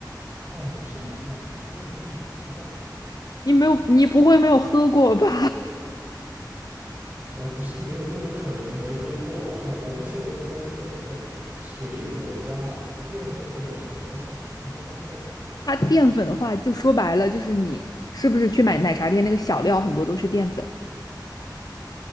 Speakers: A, on the right; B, on the left.
A: 哦，某些买奶茶店可以买得到它。
B: 你没有，你不会没有喝过吧？
A: 我不是没有这种可能，没喝过啊 <laughs> 我不是没有这种可能性。水果加淀粉，这我好难想象得到啊。
B: <laughs> 它淀粉的话，就说白了就是你是不是去买奶茶店那个小料很多都是淀粉？